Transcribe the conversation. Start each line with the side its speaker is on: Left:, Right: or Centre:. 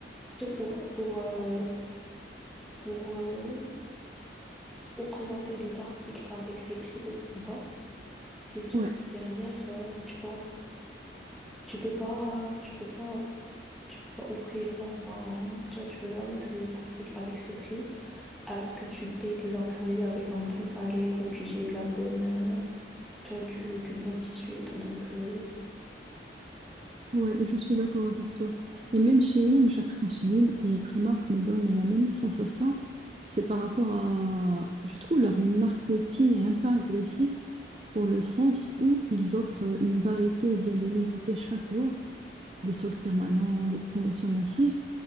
Centre: Tu vois, pour, pour, euh, pour, euh, pour présenter des articles avec ces prix aussi bas, c'est sûr
Right: Ouais,
Centre: que derrière, euh, tu vois, tu peux pas, tu peux pas, tu peux pas offrir, euh, enfin, tu vois, tu peux pas mettre des articles avec ce prix alors que tu payes tes employés avec un bon salaire ou tu utilises la bonne, euh, tu vois, du, du bon tissu et tout. Donc, euh,
Right: ouais, je suis d'accord avec toi. Et même chez In, j'ai l'impression que chez In et Primark me donnent la même sensation. C'est par rapport à, je trouve leur marketing est un peu agressif dans le sens où ils offrent une variété ou bien des nouveautés chaque jour. des soldes permanents, des promotions massives,